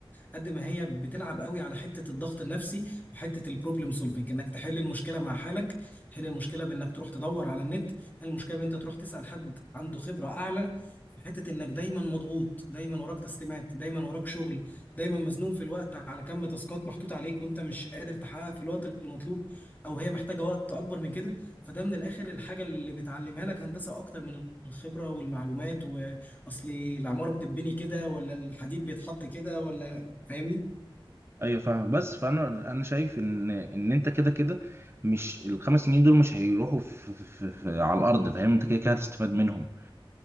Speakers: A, on the left; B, on the right.
A: قد ما هي بتلعب قوي على حته الضغط النفسي وحته البروبلم سولفنج انك تحل المشكله مع حالك تحل المشكله بانك تروح تدور على النت هل المشكله ان انت تروح تسال حد عنده خبره اعلى في حته انك دايما مضغوط دايما وراك تسليمات دايما وراك شغل دايما مزنوق في الوقت على كم تاسكات محطوط عليك وانت مش قادر تحققها في الوقت المطلوب او هي محتاجه وقت اكبر من كده فده من الاخر الحاجه اللي بتعلمها لك هندسه اكتر من الخبره والمعلومات واصل العماره بتتبني كده ولا الحديد بيتحط كده ولا فاهمني
B: ايوه فاهم بس فانا انا شايف ان ان انت كده كده مش الخمس سنين دول مش هيروحوا في في في في على الارض فاهم انت كده كده هتستفاد منهم